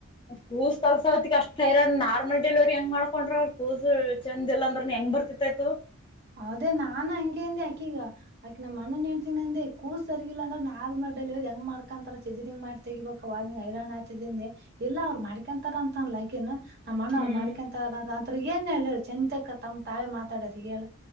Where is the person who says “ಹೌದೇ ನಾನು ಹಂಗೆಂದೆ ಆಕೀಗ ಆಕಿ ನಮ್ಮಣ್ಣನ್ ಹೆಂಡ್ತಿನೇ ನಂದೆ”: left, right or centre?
Right